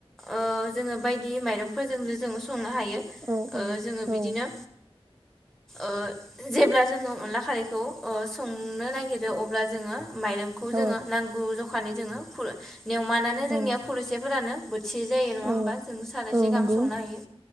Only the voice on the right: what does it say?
औ औ
औ
औ
औ
औ
औ
नंगौ